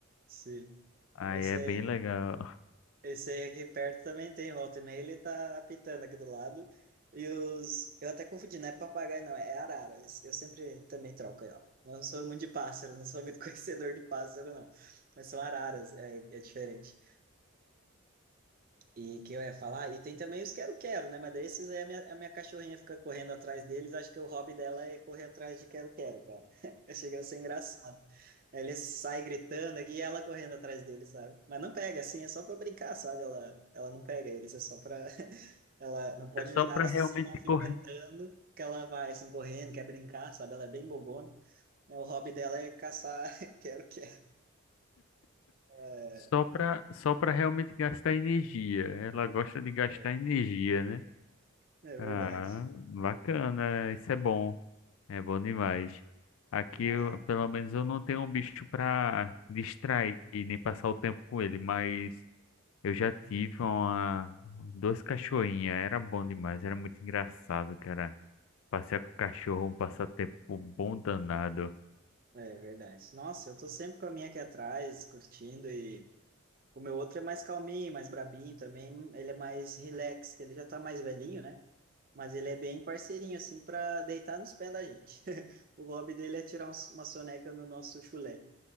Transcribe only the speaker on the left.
Aí
é
bem legal. <laughs>
É só
pra realmente
correr.
Só pra, só pra realmente gastar energia. Ela gosta de gastar
energia, né?
Ah, bacana. Isso é bom. É bom demais. Aqui,
eu- pelo menos, eu não tenho um bicho pra distrair nem passar o tempo com ele, mas eu
já tive uma, duas cachorrinhas. Era bom demais, era muito engraçado, cara. Passear com o cachorro é um passatempo bom danado.